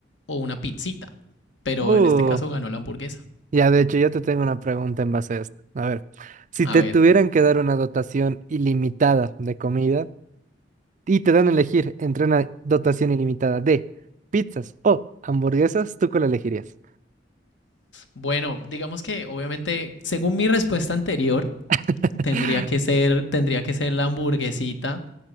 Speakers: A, on the left; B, on the right.
A: o una pizzita, pero
B: uh,
A: en este caso ganó la hamburguesa.
B: Ya, de hecho, yo te tengo una pregunta en base a esto. A ver, si
A: A
B: te
A: ver,
B: tuvieran que dar una dotación ilimitada de comida y te dan a elegir entre una dotación ilimitada de pizzas o hamburguesas, ¿tú cuál elegirías?
A: bueno, digamos que obviamente según mi respuesta anterior
B: <laughs>
A: tendría que ser tendría que ser la hamburguesita,